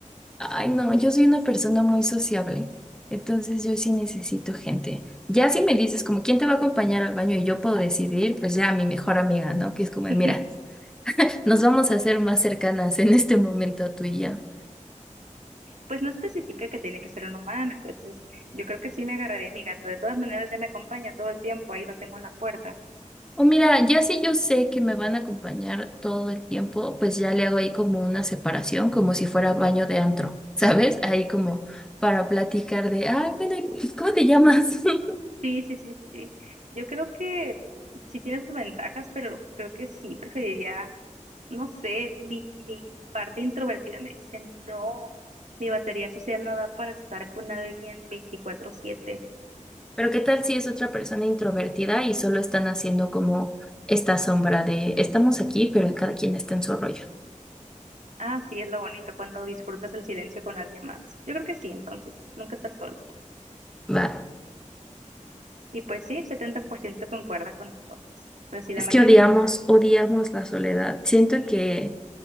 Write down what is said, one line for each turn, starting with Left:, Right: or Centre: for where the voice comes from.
Centre: Ay, no, yo soy una persona muy sociable, entonces yo sí necesito gente. Ya si me dices como quién te va a acompañar al baño y yo puedo decidir, pues ya mi mejor amiga, ¿no? Que es como,
Right: <laughs>
Centre: de, mira, nos vamos a hacer más cercanas en este momento tú y yo.
Right: Pues no especifica que tiene que ser un humano, entonces yo creo que sí me agarraría a mi gato. De todas maneras, ya me acompaña todo el tiempo, ahí lo tengo en la puerta.
Centre: O mira, ya si yo sé que me van a acompañar todo el tiempo, pues ya le hago ahí como una separación, como si fuera baño de antro, <laughs> ¿sabes? Ahí como para platicar de, ah, bueno, ¿y ¿cómo te llamas? <laughs>
Right: Sí, sí, sí, sí, sí. Yo creo que sí tiene sus ventajas, pero creo que sí preferiría, no sé, mi, mi parte introvertida me dice, no, mi batería social no da para estar con alguien 24/7.
Centre: Pero ¿qué tal si es otra persona introvertida y solo están haciendo como esta sombra de, estamos aquí, pero cada quien está en su rollo?
Right: Ah, sí, es lo bonito cuando disfrutas el silencio con alguien más. Yo creo que sí, entonces, nunca estar solo.
Centre: Va.
Right: Y pues sí, 70% concuerda con nosotros, pues sí, la
Centre: Es
Right: mayoría.
Centre: que odiamos, odiamos la soledad. Siento
Right: Sí,
Centre: que